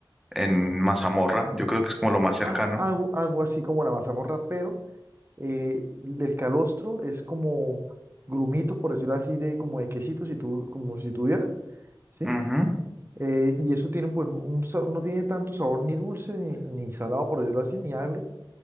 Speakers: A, in the centre; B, on the right.
A: en mazamorra, yo creo que es como lo más cercano.
B: ah, algo, algo así como la mazamorra, pero eh, el calostro es como grumitos, por decirlo así, de como de quesito, si tú, como si tuvieras, ¿sí?
A: Ujú,
B: Eh, y eso tiene pues un, sa- no tiene tanto sabor ni dulce, ni, ni salado, por decirlo así, ni agrio,